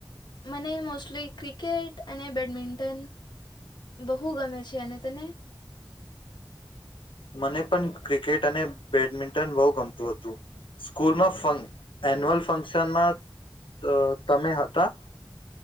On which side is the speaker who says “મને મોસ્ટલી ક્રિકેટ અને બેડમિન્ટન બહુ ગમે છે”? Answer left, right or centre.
Left